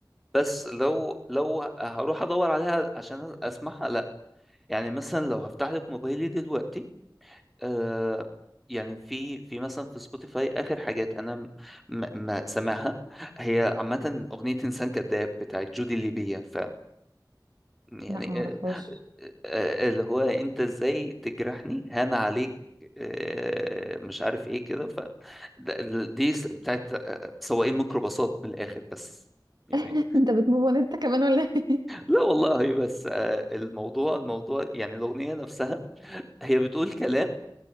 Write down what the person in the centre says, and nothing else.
بس لو لو هروح ادور عليها عشان اسمعها لا يعني مثلا لو هفتح لك موبايلي دلوقتي آه يعني في في مثلا في سبوتيفاي اخر حاجات انا م- م- ما سامعها هي عامه اغنيه انسان كذاب بتاعت جودي الليبيه ف يعني
آه آه اللي هو انت ازاي تجرحني هان عليك آه مش عارف ايه كده ف ده- دي س- بتاعت آه، سواقين ميكروباصات من الاخر بس يعني
لا والله هي بس آه الموضوع الموضوع يعني الاغنيه نفسها هي بتقول كلام